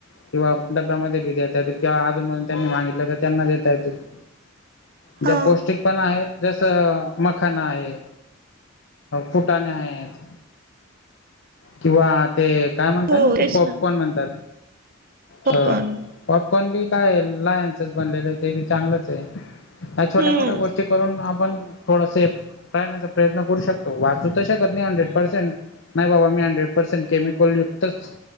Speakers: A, on the left; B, on the right.
A: किंवा डब्यामध्ये बी देता येतील, किंवा अधुन मधून त्यांनी मागितले तर त्यांना देता येतय -
B: हो
A: ज्यात पौष्टिक पणा आहे जसं मखाणा आहे फुटाणे आहेत. किंवा ते काय म्हणतात
B: हो
A: ना
B: तेच
A: ते पॉपकॉन म्हणतात.
B: पॉपकॉर्न
A: हं पॉपकॉर्न बी काय लाह्यांच बनलेलं आहे ते बी चांगलंच आहे. या छोट्या
B: हम्म
A: मोठ्या गोष्टी करून आपण थोड सेेफ राहण्याचा प्रयत्न करू शकतो. वाचू तर शकत नाही. हंड्रेड पर्सेंट नाही बाबा मी हंड्रेड पर्सेंट केमिकल युक्तच